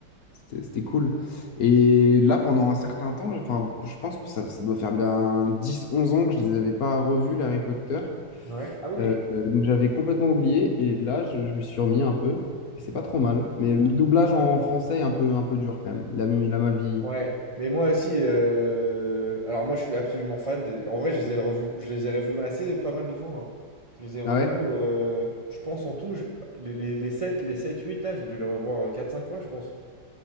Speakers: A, on the left; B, on the right.
A: c'était c'était cool. Et là, pendant un certain temps, enfin, je pense que ça, ça doit faire bien dix onze ans que je les avais pas revus, les Harry Potter,
B: Ouais. Ah oui.
A: Euh, donc j'avais complètement oublié, et là, je, je me suis remis un peu, et c'est pas trop mal, mais le doublage en français est un peu, un peu dur quand même, il a, il a mal vieilli.
B: Ouais, mais moi aussi, euh, alors moi je suis absolument fan. des- En vrai, je les ai revus, je les ai revus assez pas mal de fois. hein. Je les ai revus,
A: Ah ouais?
B: euh, je pense en tout, je- les, les, les 7, les 7, 8 là, j'ai dû les revoir euh, quatre cinq fois, je pense.